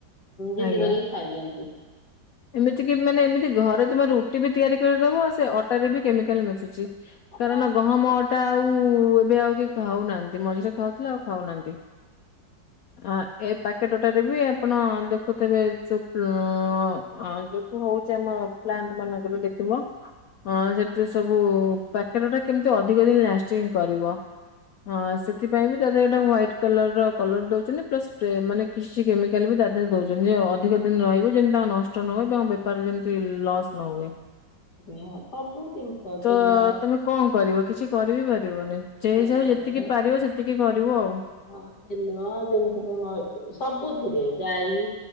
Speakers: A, on the left; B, on the left.
A: ଜିଦି
B: ଆଜ୍ଞା।
A: କରିକି ଖାଇଦିଅନ୍ତି। <inaudible>
B: ଏମିତି କି ମାନେ ଏମିତି ଘରେ ତମେ ରୁଟି ବି ତିଆରି କରିଦବ ସେ ଅଟାରେ ବି କେମିକାଲ ମିଶୁଛି। କାରଣ
A: ସବୁ
B: ଗହମ ଅଟା ଆଉ ଏବେ ଆଉ କି ଖାଉନାହାନ୍ତି ମଝିରେ ଖାଉଥିଲେ ଆଉ ଖାଉନାହାନ୍ତି। ହଁ ଏ ପାକେଟଟାରେ ବି ଆପଣ ଦେଖ ହଉ ତେବେ <unintelligible> ଯୋଉ ହଉଛି ଆମ ପ୍ଲାଟମାନଙ୍କର ଦେଖିବ। ହଁ ସେଠି ସବୁ ପ୍ୟାକେଟଟା କେମିତି ଅଧିକ ଦିନ ଲାଷ୍ଟିଂ କରିବ। ହଁ ସେଥିପାଇଁ ବି। ତା ଦେହରେ ଗୋଟେ ହ୍ୱାଇଟ୍ଲ କଲରର କଲର ଦଉଛନ୍ତି, ପ୍ଲସ୍ ସ୍ପ୍ରେ ମାନେ କିଛି କେମିକାଲ ବି ତା ଦେହରେ ଦଉଛନ୍ତି। ଯେମିତି ଅଧିକ ଦିନ ରହିବ ଯେମିତି ତାଙ୍କ ନଷ୍ଟ ନ ହୁଏ ଏବଂ ବେପାରରେ ଯେମିତି ଲସ୍ ନ ହୁଏ।
A: ହଁ ସବୁ ଜିନିଷ
B: ତ
A: ତେଲ
B: ତମେ କଣ କରିବ କିଛି କରିବିପାରିବନି ସେଇ
A: ତେଲରେ
B: ହିସାବରେ ଯେତିକି ପାରିବ ସେ ଟିକେ କରିବୁ ଆଉ।
A: ହଁ ତେଲ ଯେମିତିକି ମ ସବୁଥିରେ ଯାଈ